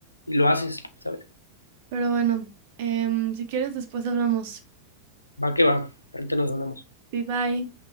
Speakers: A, on the left; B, on the right.
A: y lo haces, ¿sabes?
B: Pero bueno, em, si quieres después hablamos.
A: Va que va, ahorita nos hablamos.
B: Bye bye.